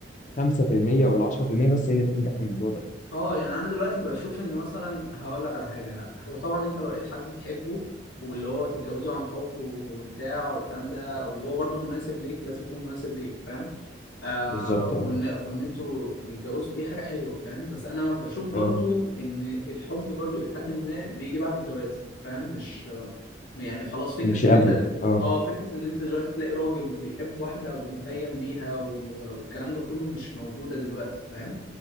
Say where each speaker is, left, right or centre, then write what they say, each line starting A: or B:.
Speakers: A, on the left; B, on the left.
A: 5% ولا 10% بس هي اللي بتنجح في الموضوع ده
B: اه يعني انا دلوقتي بشوف ان مثلا هقول لك على حاجه هو طبعا انت لو لقيت حد تحبه واللي هو تتجوزه عن حب وبتاع والكلام ده وهو برضو مناسب ليك لازم يكون مناسب ليك فاهم آه
A: بالظبط
B: وان
A: اه
B: وان انتوا اتجوزتوا دي حاجه حلوه فاهم بس انا بشوف برضو
A: اه
B: ان الحب برضو لحد ما بيجي بعد الجواز فاهم مش يعني خلاص فكرة
A: مش
B: إن
A: قبل
B: أنت د-
A: اه
B: آه فكرة إن أنت دلوقتي تلاقي راجل بيحب واحدة ومتيم بيها و- والكلام ده كله مش موجودة دلوقتي فاهم